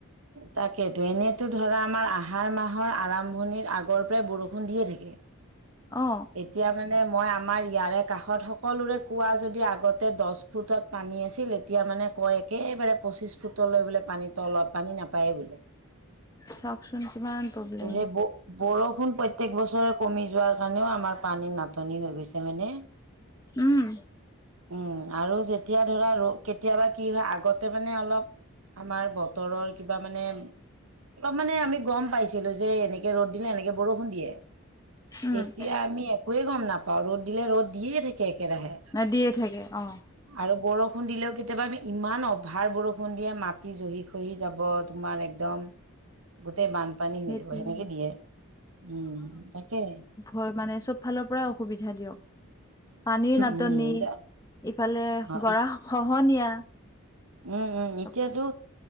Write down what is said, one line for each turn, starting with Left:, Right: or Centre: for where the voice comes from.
Right: তাকেইেতো এনেতো ধৰা আমাৰ আহাৰ মাহ মাহৰ আৰম্ভণিত আগৰ পৰাই বৰষুণ দিয়ে থাকে।
Left: আহ,
Right: এতিয়া মানে মই আমাৰ ইয়াৰে কাষত সকলোৰে কোৱা যদি আগতে দহ ফুটত পানী আছিল এতিয়া মানে কয় একেবাৰে পঁচিশ ফুটলৈ বোলে পানী তলত পানী নাপায়েই বোলে।
Left: চাওকচোন কিমান প্ৰব্লেম
Right: তো সেই ব বৰষুণ প প্ৰত্যেক বছৰে কমি যোৱাৰ কাৰণেও আমাৰ পানীৰ নাটনি হৈ গৈছে। তাৰ মানে
Left: উম
Right: উম, আৰু যেতিয়া ধৰা ৰ কেতিয়াবা কি হয় আগতে মানে অলপ আমাৰ বতৰৰ কিবা মানে। অলপ মানে আমি গ'ম পাইছিলো, যে এনেকে ৰ'দ দিলে এনেকে বৰষুণ দিয়ে।
Left: উম
Right: এতিয়া আমি একোৱে গ'ম নাপাওঁ, ৰ'দ দিলে ৰ'দ দিয়ে থাকে। একেৰাহে।
Left: নেদিয়ে থাকে অ'
Right: আৰু বৰষুণ দিলেও কেতিয়াবা আ ইমান অভাৰ বৰষুণ দিয়ে মাটি জহি খহি যাব তোমাৰ একদম গোটেই বানপানী হৈ
Left: সেইটোয়ে
Right: যাব সেনেকে দিয়ে উম, তাকে।
Left: হয় মানে চ'ব ফালৰ পৰা অসুবিধা দিয়ক। পানীৰ নাটনি
Right: উম দে
Left: ইফালে
Right: অ
Left: গৰা খহনীয়া।
Right: উম, উম, এতিয়া
Left: চবফালে
Right: টো